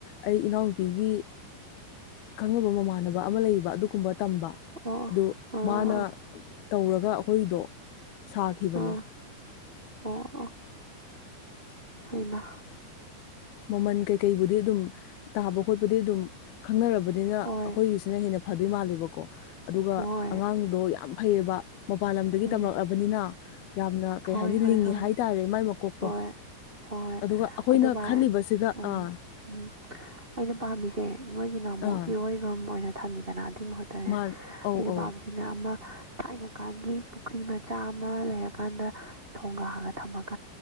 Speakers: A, on the left; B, on the right.
A: ꯑꯩ ꯏꯅꯥꯎ ꯅꯨꯄꯤꯒꯤ ꯈꯪꯅꯕ ꯃꯃꯥꯟꯅꯕ ꯑꯃ ꯂꯩꯕ ꯑꯗꯨꯒꯨꯝꯕ ꯇꯝꯕ
B: ꯑꯣ ꯑꯣ
A: ꯑꯗꯨ
B: ꯑꯥ
A: ꯃꯥꯅ
B: ꯑꯥ
A: ꯇꯧꯔꯒ ꯑꯩꯈꯣꯏꯗꯣ ꯁꯥꯈꯤꯕꯅꯤ
B: ꯑꯥ ꯑꯣ ꯑ ꯍꯃ
A: ꯃꯃꯟ ꯀꯩꯀꯩꯕꯨꯗꯤ ꯑꯗꯨꯝ ꯇꯥꯕ ꯈꯣꯠꯄꯗꯤ ꯑꯗꯨꯝ ꯈꯪꯅꯔꯕꯅꯤꯅ
B: ꯍꯣꯏ
A: ꯑꯩꯈꯣꯏꯒꯤꯁꯤꯅ ꯍꯦꯟꯅ ꯐꯗꯣꯏ ꯃꯥꯂꯦꯕꯀꯣ ꯑꯗꯨꯒ
B: ꯍꯣꯏ
A: ꯑꯉꯥꯡꯗꯣ ꯌꯥꯝ ꯐꯩꯌꯦꯕ ꯃꯄꯥꯟ ꯂꯝꯗꯒꯤ
B: ꯎꯝ
A: ꯇꯝꯂꯛꯂꯕꯅꯤꯅ ꯌꯥꯝꯅ ꯀꯩ
B: ꯍꯣꯏ
A: ꯍꯥꯏꯅꯤ
B: ꯍꯣꯏ
A: ꯂꯤꯡꯉꯤ
B: ꯍꯣꯏ
A: ꯍꯥꯏꯇꯥꯔꯦ ꯃꯥꯏ ꯃꯀꯣꯛꯇꯣ
B: ꯍꯣꯏ ꯍꯣꯏ
A: ꯑꯗꯨꯒ ꯑꯩꯈꯣꯏꯅ
B: ꯑꯗꯨ ꯚꯥꯏ
A: ꯈꯜꯂꯤꯕꯁꯤꯒ
B: ꯎꯝ
A: ꯑꯥ
B: ꯎꯝ ꯑꯩꯅ ꯄꯥꯝꯃꯤꯁꯦ ꯅꯣꯏꯒꯤꯅ ꯑꯃꯨꯛ
A: ꯑꯥ
B: ꯏꯔꯣꯏꯐꯝ ꯑꯣꯏꯅ ꯊꯝꯃꯤꯗꯅ ꯑꯗꯨꯏ ꯃꯍꯨꯠꯇꯅꯦ
A: ꯃꯥꯟ ꯑꯧ
B: ꯑꯩꯅ
A: ꯑꯧ
B: ꯄꯥꯝꯃꯤꯕꯁꯤꯅ ꯑꯃ ꯊꯥꯏꯅ ꯀꯥꯟꯒꯤ ꯄꯨꯈ꯭ꯔꯤ ꯃꯆꯥ ꯑꯃ ꯂꯩꯔꯀꯥꯟꯗ ꯊꯣꯡꯒꯥꯒ ꯊꯝꯃ ꯀꯥꯟ